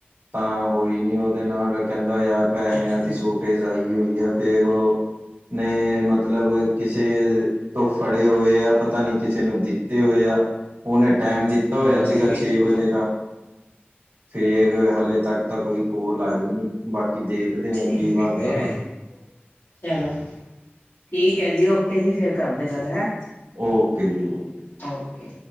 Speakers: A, on the right; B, on the left.
A: ਤਾਂ ਹੋਈ ਨੀ ਉਹਦੇ ਨਾਲ ਕਹਿੰਦਾ ਯਾਰ। ਪੈਸਿਆਂ
B: ਅੱਛਾ
A: ਦੀ ਸੋਟੇਜ਼ ਆਈ ਹੋਈ ਆ ਫੇਰ ਉਹ ਨੇ ਮਤਲਬ ਕਿਸੇ ਤੋਂ ਫੜੇ ਹੋਏ ਆ ਪਤਾ ਨੀ ਕਿਸੇ ਨੂੰ ਦਿੱਤੇ ਹੋਏ ਆ।
B: <unintelligible>
A: ਉਹਨੇ ਟਾਈਮ ਦਿੱਤਾ ਹੋਇਆ
B: ਅੱਛ
A: ਸੀਗਾ ਛੇ ਵਜੇ ਦਾ ਫੇਰ ਹਾਲੇ ਤੱਕ ਤਾਂ ਕੋਈ ਕੋਲ ਆਈ ਨੀ ਬਾਕੀ ਦੇਖਦੇ
B: ਠੀਕ
A: ਆ ਕੀ ਬਣਦਾ
B: <unintelligible>
A: ਵਾ
B: ਚਲੋ ਠੀਕ ਐ ਜੀ ਓਕੇ ਜੀ ਫੇਰ ਕਰਦੇ ਗੱਲ ਹੈ।
A: ਓਕੇ ਜੀ ਓਕੇ।
B: ਓਕੇ।